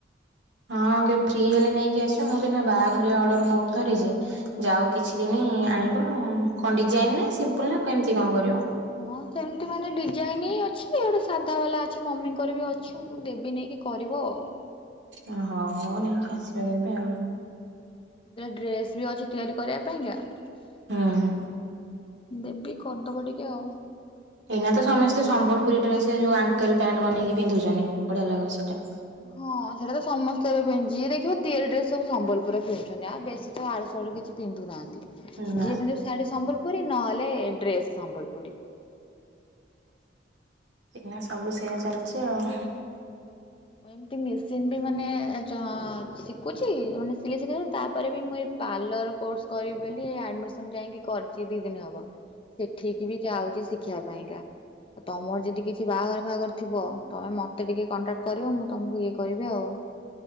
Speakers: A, on the right (about 75°); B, on the left (about 30°).
A: ହଁ ଟିକେ ଫ୍ରି ହେଲେ ନେଇକି ଆସିବ ମୁଁ ତ ଏଇ ନା ବାହାଘରିଆ ଅର୍ଡର ବହୁତ ଧରିଛି। ଯାଉ କିଛି ଦିନି ଆଣିବ କଣ ଡିଜାଇନ ନା ସିମ୍ପଲୁ ନା କେମିତି କଣ କରିବ?
B: ହଁ ସେମିତି ମାନେ ଡିଜାଇନ ଅଛି ଗୋଟେ ସାଧା ବାଲା ଅଛି ମମିଙ୍କର ବି ଅଛି ମୁଁ ଦେବି ନେଇକି କରିବ ଆଉ।
A: ଓ ହଉ ହଉ ନେଇକି ଆସିବା ଏବେ ଆଉ।
B: ଦି ଟା ଡ୍ରେସ ବି ଅଛି ତିଆରି କରିବା ପାଇଁକା।
A: ହୁଁ।
B: ଦେବି କରିଦବ ଟିକେ ଆଉ।
A: ଏଇନା ତ ସମସ୍ତେ ସମ୍ବଲପୁରୀ ଡ୍ରେସ ଯୋଉ ଆଙ୍କେଲ ପ୍ୟାଟ ବନେଇ କି ପିନ୍ଧୁଛନ୍ତି ବଢିଆ ଲାଗୁଛି ସେଇଟା।
B: ହଁ ସେଇଟା ତ ସମସ୍ତେ ଏବେ ପିଧିଛି ଯିଏ ଦେଖିବ ତିଆରି ଡ୍ରେସ ସବୁ ସମ୍ବଲପୁରରେ ପିନ୍ଧୁଛନ୍ତି ଆଉ ବେଶୀ ତ ଆଡୁ ସାଡୁ କିଛି ପିନ୍ଧୁନାହାନ୍ତି
A: ନା
B: ଯିଏ ବିିନ୍ଧୁ ଶାଢୀ ସମ୍ବଲପୁରୀ ନହେଲେ ଡ୍ରେସ ସମ୍ବଲପୁରୀ।
A: ଏଇନା ସବୁ ସେୟା ଚାଲିଛି ଆଉ।
B: ମୁଁ ଏମତି ମେସିନ ବି ମାନେ ଚ ଅ - ଶିଖୁଛି ମାନେ ସିଲେଇ ଶିଖେଇ ତାପରେ ବି ମୁଁ ଏ ପାର୍ଲର କୋର୍ସ କରିବି ବୋଲି ଏଇ ଆଡମିସନ ଯାଇକି କରିଛି ଦି ଦିନି ହବ। ସେଠିକି ବି ଯାଉଛି ଶିଖିବା ପାଇଁକା। ଆଉ ତମର ଯଦି କିଛି ବାହାଘର ଫାଘର ଥିବ ତମେ ମତେ ଟିକେ କଣ୍ଟାକ୍ଟ କରିବ ମୁଁ ତମକୁ ଇଏ କରିବି ଆଉ।